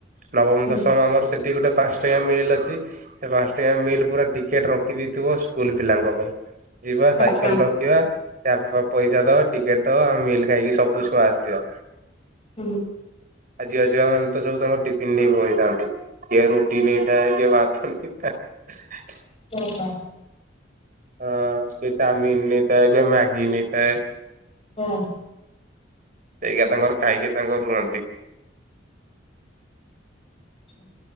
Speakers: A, on the right; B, on the left.
A: ନବମ
B: ହୁଁ
A: ଦଶମ ଆମର ସେଠି ଗୋଟେ। ପାଞ୍ଚ ଟଙ୍କିୟା ମିଲ୍ ଅଛି ସେ ପାଞ୍ଚ ଟଙ୍କିୟା ମିଲ୍ ପୁରା ଟିକେଟ ରଖିଦେଇଥିବ ସ୍କୁଲ ପିଲାଙ୍କ ପାଇଁ। ଯିବା ସାଇକେଲ
B: ଆଚ୍ଛା
A: ରଖିବା ତାପପ ପଇସା ଦବା ଟିକେଟ ଦବା ମିଲ ଖାଇକି ସବ ବୁ ଛୁଆ ଆସିବା।
B: ହୁଁ।
A: ଆଜି ଝିଅ ଛୁଆ ମାନେ ତ ସବୁ ତାଙ୍କ ଟିଫିନ ନେଇ ପଳେଇଥାନ୍ତି। କିଏ ରୁଟି ନେଇଥାଏ କିଏ ଭାତ ନେଇଥାଏ।
B: ଓ ହୋ।
A: ହଁ କିଏ ଚାଉମିିନ ନେଇଥାଏ କିଏ ମ୍ୟାଗି ନେଇଥାଏ।
B: ଓଂ।
A: ସେଇଆ ତାଙ୍କର ଖାଇକି ତାଙ୍କର ରୁହନ୍ତି।
B: ଛୁ।